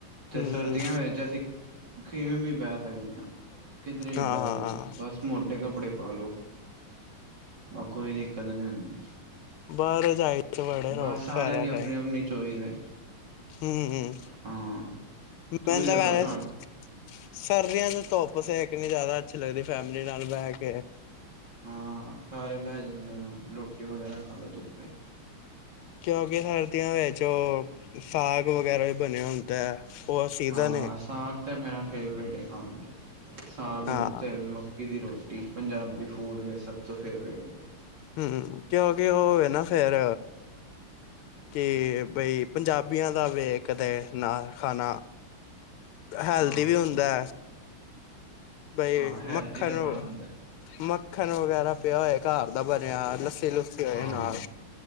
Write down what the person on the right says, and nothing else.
ਤੇ
ਸਰਦੀਆਂ ਵਿੱਚ ਅਸੀ ਕਿਵੇਂ ਵੀ ਬਹਿ ਸਕਦੇ ਆ। ਕਿਧਰੇ ਵੀ
ਬਹਿ ਜਾਓ।
ਬਸ ਮੋਟੇ ਕੱਪੜੇ ਪਾਲੋ। ਕੋਈ ਦੀ ਕਦਰ ਨਹੀਂ ਹੁੰਦੀ।
ਬਸ ਸਾਰਿਆਂ
ਦੀ ਆਪਣੀ
ਆਪਣੀ ਚੋਇਸ ਹੈ
ਹਾਂ ਤੁਸੀਂ
ਦੱਸੋ
ਤੁਹਾਨੂੰ
ਹਾਂ। ਸਾਰੇ ਬਹਿ ਜਾਂਦੇ ਆ। ਰੋਟੀ ਵਗੈਰਾ ਖਾਲੋ ਧੁੱਪੇ।
ਹਾਂ,
ਸਾਗ ਤਾਂ ਮੇਰਾ ਫੇਵਰੇਟ ਏ ਖਾਣ ਚ। ਸਾਗ
ਤੇ ਮੱਕੀ ਦੀ ਰੋਟੀ। ਪੰਜਾਬੀ ਫੂਡ ਸਭ ਤੋਂ ਫੇਟਰੇਟ।
ਹਾਂ
ਹਾਂ
ਹਾਂ ਹੈਲਦੀ
ਤੇ ਬੜਾ ਹੁੰਦਾ
ਹਾਂ